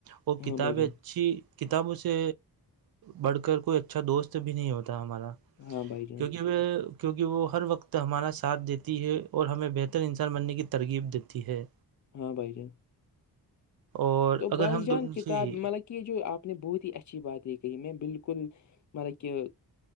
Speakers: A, on the right; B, on the left.
A: وہ کتابیں
B: ہاں بھائی جان
A: اچھی کتابوں سے پڑھ کر کوئی اچھا دوست بھی نہیں ہوتا ہمارا
B: ہاں بھائی جان
A: کیونکہ وہ کیونکہ وہ ہر وقت ہمارا ساتھ دیتی ہے اور ہمیں بہتر انسان بننے کی ترغیب دیتی ہے
B: ہاں بائی جان
A: اور
B: تو
A: اگر
B: بھائی
A: ہم
B: جان
A: دونوں
B: کتاب
A: جی
B: مطلب کہ یہ جو آپ نے بہت ہی اچھی بات یہ کہی میں بالکل مطلب کہ